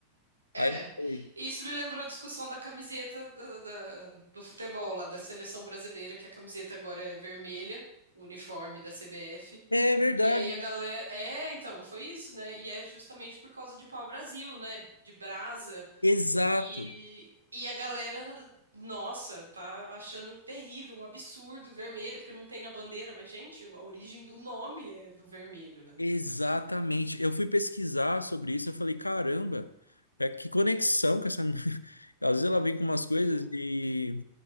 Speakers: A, on the left (about 80°); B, on the right (about 80°).
A: Aí
B: É.
A: eu falei,
B: Isso me lembrou a discussão da camiseta da- da- do futebol lá, da seleção brasileira, que a camiseta agora é vermelha, o uniforme da CBF.
A: é verdade.
B: E aí a galera. É, então, foi isso, né? E é justamente por causa de pau-brasil, né? De brasa.
A: Exato,
B: E, e a galera, nossa, tá achando terrível, um absurdo vermelho, porque não tem na bandeira, mas, gente, a origem do nome é do vermelho, né?
A: exatamente. Eu fui pesquisar sobre isso, eu falei, caramba, é que conexão com essa. <laughs> Às vezes ela vem com umas coisas
B: É.
A: e.